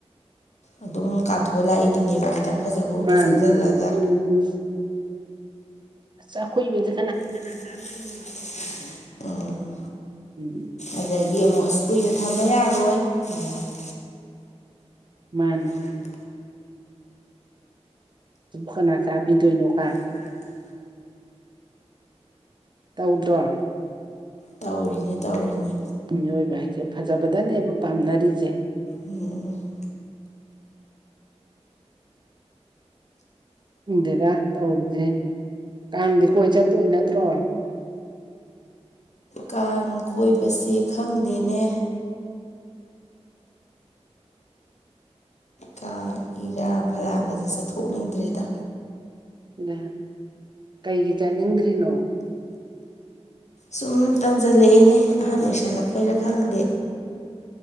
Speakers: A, on the left; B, on the right.
A: ꯑꯗꯨꯝ ꯀꯥꯟꯊꯣꯛꯑ ꯂꯥꯛꯏꯗꯨꯅꯦꯕ ꯈꯤꯇꯪ ꯐꯖꯕ ꯑꯃꯗ
B: ꯃꯥꯟꯅꯦ
A: ꯆꯪꯁꯤꯜꯂꯒ
B: <unintelligible> ꯑꯈꯨꯏꯕꯖꯦ
A: ꯀꯥꯟꯅ ꯆꯥꯗꫭꯏꯅꫭꯅ <unintelligible> ꯎꯝ
B: ꯎꯝ ꯎꯝ
A: ꯑꯗꯒꯤ ꯑꯃꯨꯛ ꯏꯁ ꯀꯨꯏꯅ ꯊꯝꯕ ꯌꯥꯔꯣꯏ <unintelligible>
B: ꯃꯥꯟꯅꯦ
A: ꯃꯥꯟꯅꯦ
B: ꯑꯗꯨꯕꫭ ꯀꯅꯥ ꯆꯥꯕꯤꯗꯣꯏꯅꯣ ꯒꯥꯏ
A: <unintelligible>
B: ꯇꯧꯗ꯭ꯔꯣ
A: ꯇꯧꯔꯤꯅꯤ ꯇꯧꯔꯤꯅꯤ
B: ꯃꯤꯑꯣꯏꯕ ꯍꯥꯏꯁꯦ ꯐꯖꯕꯗꯅꯦꯕ ꯄꯥꯝꯅꯔꯤꯖꯦ
A: ꯎꯝ
B: ꯈꯪꯗꯦꯗ ꯇꯧꯔꯤꯖꯦ ꯀꯥꯡꯗꯤ ꯀꯣꯏ ꯆꯠꯇꯣꯏ ꯅꯠꯇ꯭ꯔꯣ
A: ꯀꯥꯡ ꯀꯣꯏꯕꯁꯦ ꯈꯪꯗꯦꯅꯦ ꯀꯥꯡ ꯏꯔꯥꯡ ꯐꯂꯥꯡꯒꯁꯦ ꯆꯠꯊꯣꯛꯅꯤꯡꯗ꯭ꯔꯦꯗ
B: ꯗꯨꯅ ꯀꯩꯒꯤ ꯆꯠꯅꯤꯡꯗ꯭ꯔꯤꯅꯣ
A: ꯁꯨꯝ ꯇꯟꯖꯜꯂꯛꯑꯦꯅꯦ ꯑꯍꯟ ꯑꯣꯏꯁꯜꯂꯛꯄꯩꯔꯥ ꯈꯪꯗꯦ